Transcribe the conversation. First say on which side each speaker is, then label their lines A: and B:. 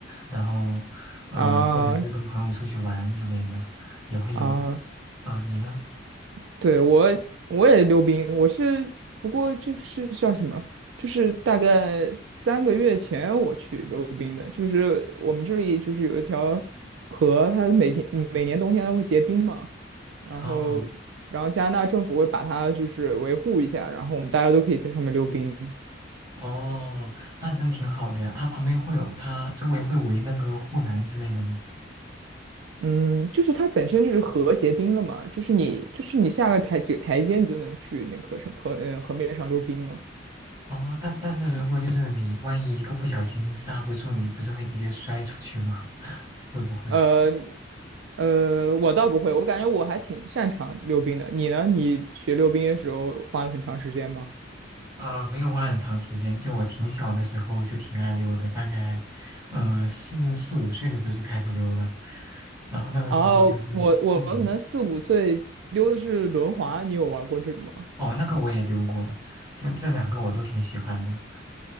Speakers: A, on the right; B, on the right.
A: 然后呃，
B: <laughs> 啊，
A: 或者是跟朋友出去玩之类的，也会有的。
B: 啊，
A: 啊、你呢？
B: 对，我我也溜冰，我是不过就是叫什么？就是大概三个月前我去溜冰的，就是我们这里就是有一条河，它每天嗯每年冬天它会结冰嘛，然后然后加拿大政府会把它就是维护一下，
A: 哦
B: 然后我们大家都可以在上面溜冰。
A: 哦，那真挺好的呀。它旁边会有，它周围会围那个护栏之类的吗？
B: 嗯，就是它本身就是河结冰了嘛，就是你就是你下个台几个台阶你就能去那个河上河呃河面上溜冰了。
A: 哦，但但是如果就是你万一一个不小心刹不住，你不是会直接摔出去吗？<laughs> 会不会？
B: 呃呃，我倒不会，我感觉我还挺擅长溜冰的。你呢？你学溜冰的时候花了很长时间吗？
A: 呃，没有花很长时间，就我挺小的时候就挺爱溜的，大概，呃，四四五岁的时候就开始溜了，然后那个时候就是自己，
B: 然后我我可能四五岁溜的是轮滑，你有玩过这个吗？
A: 哦，那个我也溜过，就这两个我都挺喜欢的。